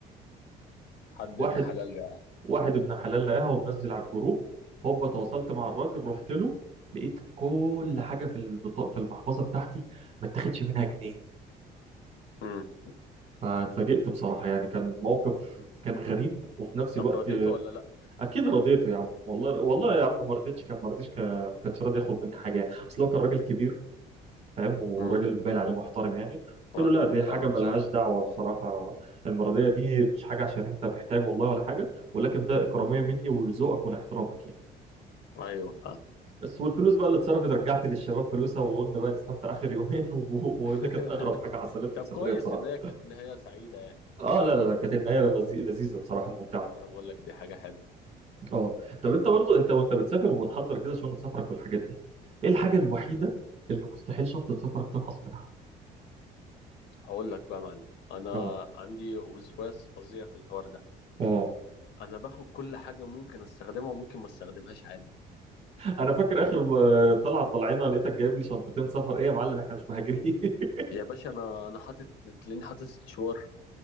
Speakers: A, on the left (about 80°); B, on the right (about 40°).
A: حد
B: واحد
A: ابن حلال يعني.
B: واحد ابن حلال لقاها ومنزل على الجروب هوبا تواصلت مع الراجل رحت له لقيت كل حاجة في البطاقة في المحفظة بتاعتي ما اتاخدش منها جنيه
A: مم.
B: فاتفاجئت بصراحة يعني كان موقف كان غريب وفي نفس
A: طب
B: الوقت
A: رضيته ولا لا
B: أكيد رضيته يا عم والله والله يا عم ما رضيتش كان ما رضيتش كان- ما كانش راضي ياخد مني حاجة يعني أصل هو كان راجل كبير فاهم وراجل
A: مم.
B: باين عليه محترم يعني قلت
A: راجل
B: له لا دي
A: محترم
B: حاجة ملهاش
A: بصراحة
B: دعوة الصراحة المرضية دي مش حاجة عشان أنت محتاج والله ولا حاجة ولكن ده إكرامية مني ولذوقك ولاحترامك يعني
A: ايوه فاهم
B: بس والفلوس بقى اللي اتصرفت رجعت للشباب فلوسها وقلنا بقى نستمتع آخر يومين <laughs> و- وده
A: <laughs>
B: كانت أغرب حاجة حصلت لي في
A: طب
B: السفرية
A: كويس
B: بصراحة
A: ان هي كانت نهاية سعيدة يعني
B: اه لا لا لا كانت النهاية لذي- لذيذة بصراحة ممتعة
A: انا بقول لك دي حاجة حلوة
B: اه طب انت برضو انت وانت بتسافر وبتحضر كده شنطه سفرك والحاجات دي ايه الحاجه الوحيده اللي مستحيل شنطه سفرك تنقص منها
A: هقول لك بقى يا معلم انا
B: اه
A: عندي وسواس فظيع في الحوار ده
B: اه
A: انا باخد كل حاجه ممكن استخدمها وممكن ما استخدمهاش عادي
B: انا فاكر اخر م- طلعه طلعنا لقيتك جايب لي شنطتين سفر ايه يا معلم احنا مش مهاجرين <laughs>
A: يا باشا انا انا حاطط تلاقيني حاطط استشوار